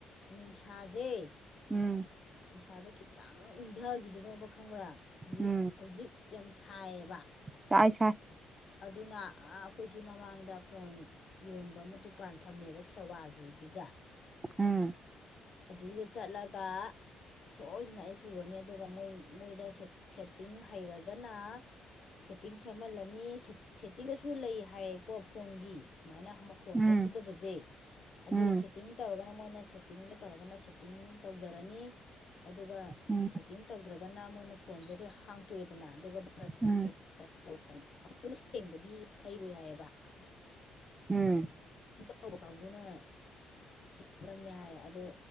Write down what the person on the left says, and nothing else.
ꯅꯨꯡꯁꯥꯖꯩ
ꯅꯨꯡꯁꯥꯁꯦ ꯈꯤꯇꯪ ꯏꯪꯊꯈꯤꯁꯅꯣꯕ ꯈꯪꯕ꯭ꯔꯥ ꯍꯧꯖꯤꯛ
ꯍꯧꯖꯤꯛ ꯌꯥꯝ ꯁꯥꯏꯌꯦꯕ
ꯑꯗꯨꯅ ꯑꯩꯈꯣꯏꯁꯤ ꯃꯃꯥꯡꯗ ꯐꯣꯟ ꯌꯣꯟꯕ ꯑꯃ ꯗꯨꯀꯥꯟ ꯐꯝꯃꯦꯕ ꯈꯦꯋꯥꯒꯤꯗꯨꯗ
ꯑꯗꯨꯗ ꯆꯠꯂꯒ ꯁꯣꯏꯗꯅ ꯑꯩ ꯄꯨꯔꯅꯤ ꯑꯗꯨꯒ ꯃꯣꯏ ꯃꯣꯏꯗ ꯁꯦꯠꯇꯤꯡ ꯍꯩꯔꯒꯅ ꯁꯦꯠꯇꯤꯡ ꯁꯦꯝꯍꯜꯂꯅꯤ ꯁꯦꯠꯇꯤꯡꯒꯁꯨ ꯂꯩ ꯍꯥꯏꯌꯦꯀꯣ ꯐꯣꯟꯒꯤ ꯁꯨꯃꯥꯏꯅ ꯃꯈꯣꯟ
ꯍꯧꯗꯕꯁꯦ ꯑꯗꯨ
ꯁꯦꯠꯇꯤꯡ ꯇꯧꯔꯒꯅ ꯃꯣꯏꯅ ꯁꯦꯠꯇꯤꯡꯗ ꯇꯧꯔꯒꯅ ꯁꯦꯠꯇꯤꯡ ꯇꯧꯖꯔꯅꯤ ꯑꯗꯨꯒ
ꯇꯤꯡ ꯇꯧꯗ꯭ꯔꯒꯅ ꯃꯣꯏꯅ ꯐꯣꯟꯁꯦ ꯑꯩꯈꯣꯏ ꯍꯥꯡꯇꯣꯛꯑꯦꯗꯅ ꯑꯗꯨꯒ ꯃꯥꯅ
<unintelligible> <unintelligible> ꯑꯩꯈꯣꯏꯅ ꯁꯦꯡꯕꯗꯤ ꯍꯩꯔꯣꯏ ꯍꯥꯏꯌꯦꯕ
ꯇꯧꯕ ꯀꯥꯡꯕꯨꯅꯤꯡꯒꯅꯦ ꯍꯥꯏ ꯑꯗꯣ